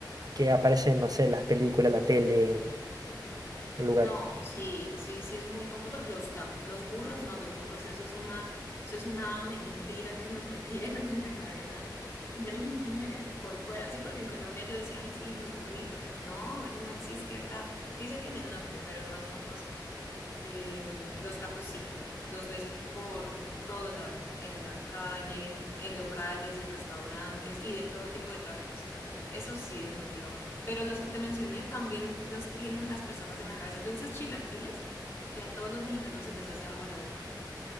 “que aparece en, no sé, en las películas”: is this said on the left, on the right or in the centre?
Right